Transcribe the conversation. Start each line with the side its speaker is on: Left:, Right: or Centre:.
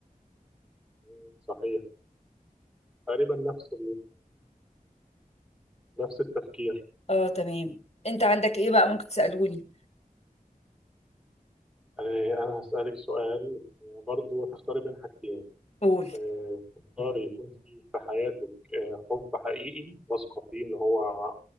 Centre: مم، صحيح تقريبا نفس نفس التفكير
Left: اه تمام انت عندك ايه بقى ممكن تسألوني
Centre: آه، أنا هسألك سؤال آه، برضو تختاري بين حاجتين
Left: قول
Centre: آه، تختاري يكون في في حياتك آه، حب حقيقي واثقة فيه إن هو